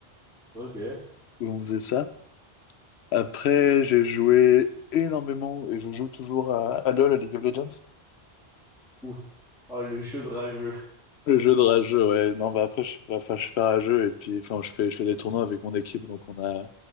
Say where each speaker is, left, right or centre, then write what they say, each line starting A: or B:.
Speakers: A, in the centre; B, on the left (about 75°).
A: Ok.
B: où on faisait ça. Après, j'ai joué énormément et je joue toujours à, à LoL, à League of Legends.
A: Ouh. Oh, le jeu de rageux.
B: Le jeu de rageux, ouais. Non, bah après, je suis pas, enfin, je suis pas rageux et puis, enfin, je fais, je fais des tournois avec mon équipe, donc on a,